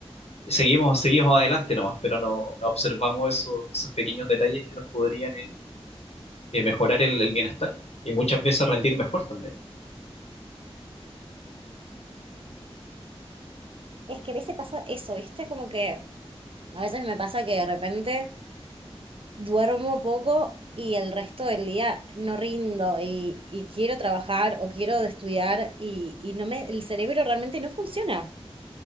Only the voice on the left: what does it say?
seguimos, seguimos adelante nomás, pero no, no observamos esos, esos pequeños detalles que nos podrían eh, eh, mejorar el, el bienestar y muchas veces rendir mejor también.